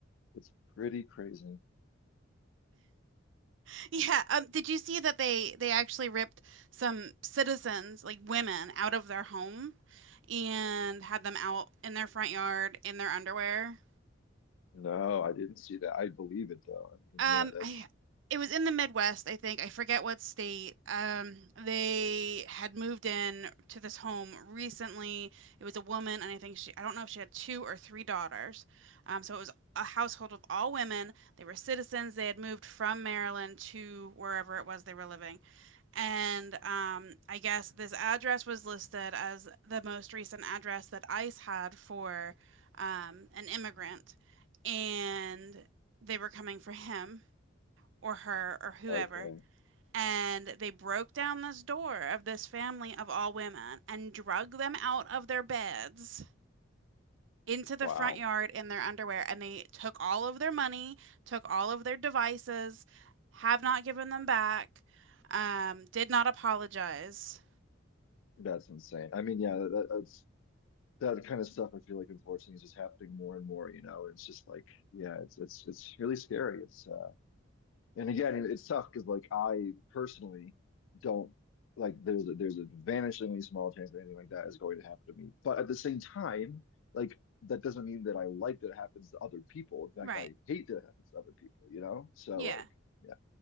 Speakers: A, on the left; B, on the right.
A: it's pretty crazy.
B: <laughs> Yeah. Um, did you see that they they actually ripped some citizens, like women, out of their home and had them out in their front yard in their underwear?
A: No, I didn't see that. I believe it though. I mean,
B: Um,
A: yeah, that's
B: I it was in the Midwest, I think. I forget what state. Um, they had moved in to this home recently. It was a woman, and I think she, I don't know if she had two or three daughters. Um, so it was a household of all women. They were citizens. They had moved from Maryland to wherever it was they were living. And um, I guess this address was listed as the most recent address that ICE had for um, an immigrant. And they were coming for him or her or whoever,
A: okay.
B: and they broke down this door of this family of all women and drug them out of their beds into the
A: Wow.
B: front yard in their underwear and they took all of their money, took all of their devices, have not given them back, um, did not apologize.
A: That's insane. I mean, yeah, that, that's that kind of stuff. I feel like unfortunately is just happening more and more. You know, it's just like, yeah, it's it's it's really scary. It's uh, and again, it- it's tough because like I personally don't like there's a, there's a vanishingly small chance that anything like that is going to happen to me. But at the same time, like that doesn't mean that I like that it happens to other people. In fact,
B: Right.
A: I hate that it happens to other people. You know, so
B: Yeah.
A: like, yeah,